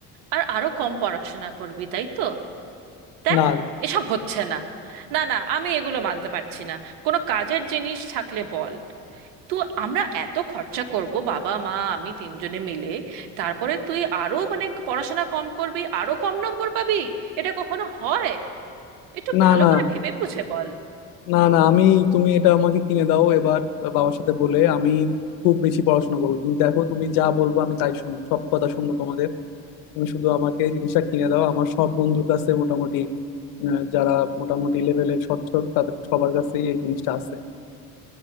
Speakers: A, on the right; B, on the left.
A: আর আরো কম পড়াশোনা করবি তাই তো দেখ
B: না
A: এসব হচ্ছে না না না আমি এগুলো মানতে পারছি না কোনো কাজের জিনিস থাকলে বল তো আমরা এত খরচা করব বাবা মা আমি তিনজনে মিলে তারপরে তুই আরো মানে পড়াশোনা কম করবি আরো কম নম্বর পাবি এটা কখনো হয় একটু
B: না
A: ভালো
B: না
A: করে ভেবে বুঝে বল
B: না না আমি তুমি এটা আমাকে কিনে দাও এবার বাবার সাথে বলে আমি খুব বেশি পড়াশোনা করবো তুমি দেখো তুমি যা বলবো আমি তাই শুনবো সব কথা শুনবো তোমাদের তুমি শুধু আমাকে এই জিনিসটা কিনে দাও আমার সব বন্ধুর কাছে মোটামুটি আহ, যারা মোটামুটি লেভেলের সচ্ছল তাদের সবার কাছেই এই জিনিসটা আছে